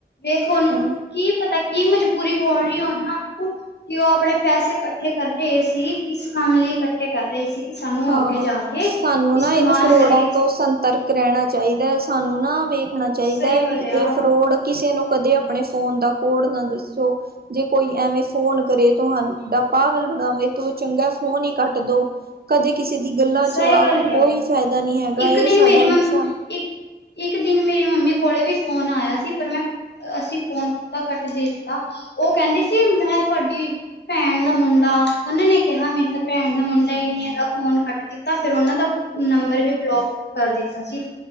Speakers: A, on the left; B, on the right.
A: ਵੇਖ ਹੁਣ
B: ਹਾਂ
A: ਕੀ ਪਤਾ ਕੀ ਮਜਬੂਰੀ ਹੋਰੀ ਓਨਾਂ ਕਿ ਉਹ ਆਪਣੇ ਪੈਸੇ ਕੱਠੇ ਕਰ ਰੇ ਸੀ ਕਿਸ ਕੰਮ ਲਈ ਕੱਠੇ ਕਰ ਰੇ ਸੀ। ਕਿ ਸਾਨੂੰ
B: ਹਾਂ
A: ਅੱਗੇ ਜਾ ਕੇ
B: ਸਾਨੂੰ
A: ਇਸਤੇਮਾਲ
B: ਨਾ ਇਹਨ ਫਰੋੜਾਂ
A: ਕਰੀਏ
B: ਤੋਂ ਸੰਤਰਕ ਰਹਿਣਾ ਚਾਈਦਾ ਸਾਨੂੰ ਨਾ ਵੇਖਣਾ ਚਾਈਦਾ
A: ਸਹੀ
B: ਹੈ ਵੀ
A: ਗੱਲ ਆ
B: ਇਹ ਫਰੋੜ ਕਿਸੇ ਨੂੰ ਕਦੇ ਅਪਣੇ ਫੋਨ ਦਾ ਕੋਡ ਨਾ ਦੱਸੋ ਜੇ ਕੋਈ ਐਵੇਂ ਫੋਨ ਕਰੇ ਤੁਹਾਨ ਪਾਗਲ ਬਣਾਵੇ ਤੂੰ ਚੰਗਾ ਫੋਨ ਹੀ ਕੱਟ ਦੋ। ਕਦੇ ਕਿਸੇ ਦੀ ਗੱਲਾਂ ਚ
A: ਸਹੀ
B: ਆ
A: ਗੱਲ
B: ਕੇ ਕੋਈ ਫਾਇਦਾ ਨੀ ਹੈਗਾ
A: ਇੱਕ
B: ਇਹ
A: ਦਿਨ
B: ਸਾਡਾ
A: ਮੇਰੀ ਮੰਮ
B: ਨੁਕਸਾਨ
A: ਇੱਕ ਇੱਕ ਦਿਨ ਮੇਰੀ ਮੰਮੀ ਕੋਲੇ ਵੀ ਫੋਨ ਆਇਆ ਸੀ ਪਰ ਮੈਂ ਅਸੀਂ ਫੋਨ ਤਾਂ ਕੱਟ ਦਿ ਤਾ ਉਹ ਕੇੰਦੀ ਸੀ ਮੈਂ ਤੁਹਾਡੀ ਭੈਣ ਦਾ ਮੁੰਡਾ ਉਨਾਂ ਨੇ ਕਿਹਾ ਮੇਰੇ ਤਾਂ ਭੈਣ ਦਾ ਮੁੰਡਾ ਹੀ ਨੀ ਹੈਗਾ ਫੋਨ ਖੱਟ ਦਿ ਤਾਂ ਫੇਰ ਉਹਨਾਂ ਦਾ ਨੰਬਰ ਵੀ ਬਲੋਕ ਕਰ ਦਿੱਤਾ ਸੀ।